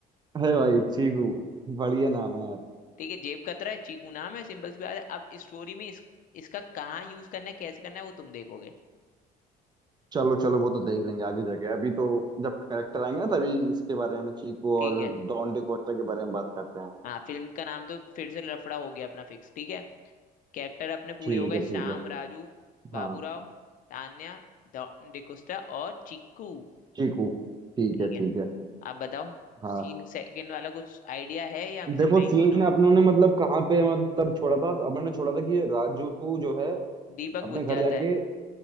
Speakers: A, on the right (about 25°); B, on the left (about 55°).
A: है भाई चीकू बढ़िया नाम है यार
B: ठीक है जेब कतरा है चीकू नाम है सिंपल सी बात है अब स्टोरी में इस, इसका कहाँ यूज करना है कैसे करना है वो तुम देखोगे
A: चलो चलो वो तो देख लेंगे आगे जाके अभी तो जब करेक्टर आएंगे ना तभी इसके बारे में चीकू और
B: ठीक है
A: डॉन डिकोस्टा के बारे में बात करते हैं
B: हाँ फिल्म का नाम तो फिर से लफड़ा हो गया अपना फिक्स ठीक है कैरेक्टर अपने पूरे
A: ठीक
B: हो गए
A: है
B: श्याम
A: ठीक है
B: राजू बाबूराव
A: हाँ
B: तान्या डॉ- डिकोस्टा और चिक्कू
A: चीकू ठीक
B: ठीक
A: है
B: है
A: ठीक है
B: आप बताओ
A: हाँ
B: सीन सेकंड वाला कुछ आइडिया है या फिर
A: देखो
B: मैं ही
A: सीन
B: सोचूं
A: अपनों ने मतलब कहाँ पे मतलब छोड़ा था तो अपनों ने छोड़ा था कि राजू जो है
B: दीपक
A: अपने
B: बुझ
A: घर
B: जाता
A: जाके
B: है